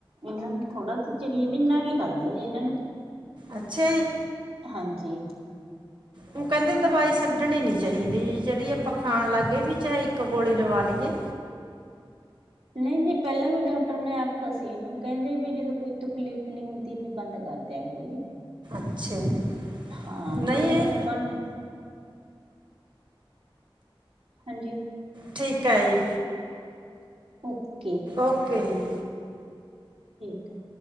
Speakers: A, on the right (about 85°); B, on the right (about 55°).
A: ਇਹਨਾਂ ਨੂੰ ਥੋੜਾ ਜਾ ਚਿਰ ਈ ਮਹੀਨਾ ਕੀ ਖਾਧੇ ਜੀ ਇਹਨਾਂ ਨੇ
B: ਅੱਛਾ ਜੀ
A: ਹਾਂਜੀ,
B: ਉਹ ਕਹਿੰਦੇ ਦਵਾਈ ਛੱਡਣੀ ਨੀ ਚਾਹੀਦੀ ਜਿਹੜੀ ਆ ਆਪਾਂ ਖਾਣ ਲੱਗਗੇ ਵੀ ਚਾਹੇ ਇੱਕ ਗੋਲੀ ਲਵਾ ਲਈਏ।
A: ਨਹੀਂ ਜੀ ਪਹਿਲਾਂ ਵੀ ਡਾਕਟਰ ਨੇ ਆਖਤਾ ਸੀ ਇਹਨੂੰ ਕਹਿੰਦੇ ਵੀ ਜਦੋਂ ਕੋਈ ਤਕਲੀਫ਼ ਨੀ ਹੁੰਦੀ ਵੀ ਬੰਦ ਕਰਦਿਆਂ ਕਰੋ ਜੀ।
B: <unintelligible>
A: ਹਾਂ
B: ਨਹੀਂ
A: ਵੀ ਚਲੋ
B: ਇਹ
A: ਆਪਾਂ, ਹਾਂਜੀ,
B: ਠੀਕ ਹੈ ਜੀ,
A: <unintelligible>
B: ਓਕੇ ਜੀ,
A: ਠੀਕ ਹੈ,